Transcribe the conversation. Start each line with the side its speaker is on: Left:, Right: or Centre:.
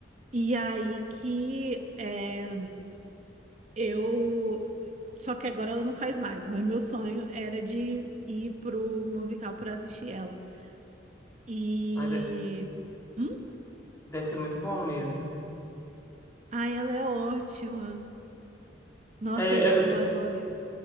Right: E aí que é, eu só que agora ela não faz mais, mas meu sonho era de ir pro musical para assistir ela. E
Left: Mas de-
Right: hum?
Left: deve ser muito bom mesmo.
Right: Ai, ela é ótima. Nossa,
Left: É,
Right: eu,
Left: eu, eu
Right: eu
Left: te-
Right: adoro.